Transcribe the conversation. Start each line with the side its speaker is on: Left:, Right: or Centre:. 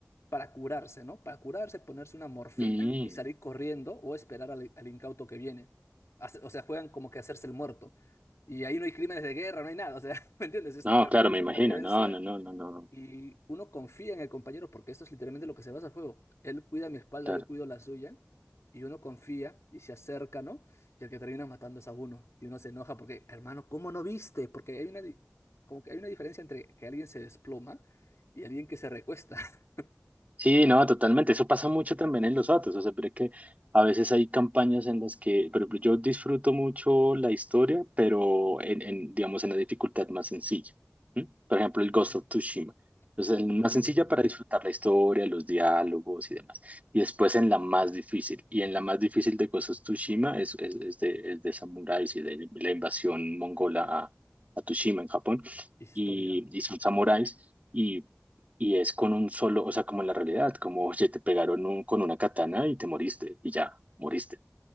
Left: para curarse, ¿no? Para curarse, ponerse una morfina
Right: Mm.
Left: y salir corriendo o esperar al, al incauto que viene. Hace- O sea, juegan como que hacerse el muerto. Y ahí no hay crímenes de guerra, no hay nada. O sea, <laughs> ¿me entiendes? Es
Right: No,
Left: tal
Right: claro,
Left: cual,
Right: me
Left: supervivencia
Right: imagino. No, no, no, no, no. no.
Left: y uno confía en el compañero porque esto es literalmente lo que se basa el juego. Él cuida mi espalda,
Right: Claro.
Left: yo cuido la suya. Y uno confía y se acerca, ¿no? Y el que termina matando es a uno. Y uno se enoja porque, hermano, ¿cómo no viste? Porque hay una, di- como que hay una diferencia entre que alguien se desploma y alguien que se recuesta. <laughs>
Right: Sí, no, totalmente. Eso pasa mucho también en los autos. O sea, pero es que a veces hay campañas en las que, por ejemplo, yo disfruto mucho la historia, pero en, en, digamos, en la dificultad más sencilla. ¿m? Por ejemplo,
Left: Mm,
Right: el Ghost of Tsushima. Entonces, en
Left: uh,
Right: más sencilla para disfrutar la historia, los diálogos y demás. Y después en la más difícil. Y en la más difícil de Ghost of Tsushima es, es, es de, es de samuráis y de la invasión mongola a, a Tsushima en Japón.
Left: historia.
Right: Y, y son samuráis. Y y es con un solo, o sea, como en la realidad, como, oye, te pegaron un- con una katana y te moriste, y ya, moriste.